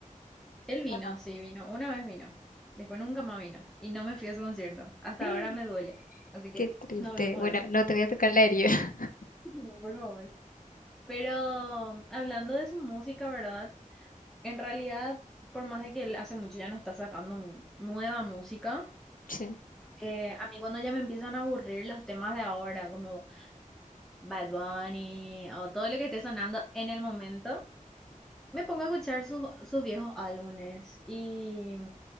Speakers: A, in the centre; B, on the left.
A: él vino,
B: ¿O no?
A: sí, vino, una vez vino, después nunca más vino y no me fui a su concierto, hasta
B: <gasps> Eh,
A: ahora me duele, así que
B: Qué triste.
A: <laughs> no hablemos
B: Bueno,
A: de eso.
B: no te voy a tocar la herida. <laughs>
A: <laughs> No, por favor. Pero hablando de su música, ¿verdad? En realidad, por más de que él hace mucho ya no está sacando mu- nueva música,
B: Sí.
A: eh, a mí cuando ya me empiezan a aburrir los temas de ahora, como Bad Bunny o todo lo que esté sonando en el momento, me pongo a escuchar sus, sus viejos álbumes. Y